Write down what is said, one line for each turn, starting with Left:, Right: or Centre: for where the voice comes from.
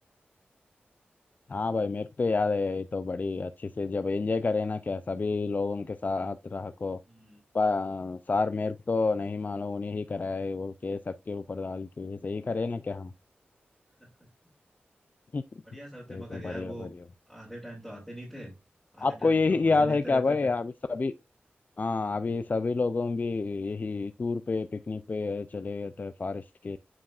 Left: हाँ भाई मेरे को तो याद है ये तो बड़ी अच्छी से जब एंजॉय करे ना क्या सभी लोग उनके साथ रह को
Centre: हम्म
Left: पा- सार मेरे को तो नहीं मालूम उन्हें ही कराए वो के सबके ऊपर डाल के ऐसे ही करे ना क्या हम
Centre: <laughs>
Left: <laughs>
Centre: बढ़िया सर
Left: ये
Centre: थे मगर
Left: तो
Centre: यार
Left: बढ़िया
Centre: वो
Left: बढ़िया
Centre: आधे टाइम तो आते नहीं थे आधे
Left: आपको
Centre: टाइम
Left: यही
Centre: हम लोग मजे
Left: याद
Centre: लेते
Left: है क्या
Centre: रहते
Left: भाई
Centre: थे
Left: अभी सभी हाँ अभी सभी लोगों भी यही टूर पे पिकनिक पे चले गए थे फॉरेस्ट के